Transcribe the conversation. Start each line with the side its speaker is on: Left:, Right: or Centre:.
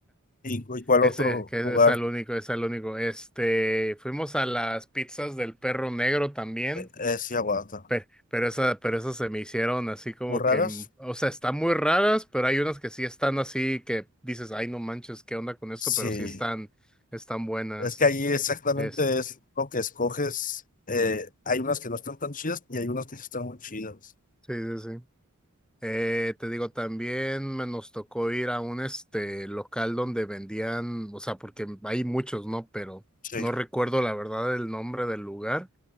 Left: ¿Y, y cuál
Centre: Ese,
Left: otro
Centre: que es
Left: lugar
Centre: es el único, es el único. Este, fuimos a las pizzas del perro negro también,
Left: Eh, eh, sí aguanta?
Centre: pero, pero esa, pero esas se me hicieron así como
Left: ¿Muy raras?
Centre: que, mm, o sea, están muy raras, pero hay unas que sí están así que dices, ay, no manches, ¿qué onda con esto?
Left: Sí.
Centre: Pero sí están, están buenas.
Left: Es que ahí exactamente
Centre: Es,
Left: es lo que escoges. Eh, hay unas que no están tan chidas y hay unas que sí están muy chidas.
Centre: sí, sí, sí. Eh, te digo, también me nos tocó ir a un este local donde vendían, o sea, porque hay muchos, ¿no? Pero
Left: Sí.
Centre: no recuerdo la verdad el nombre del lugar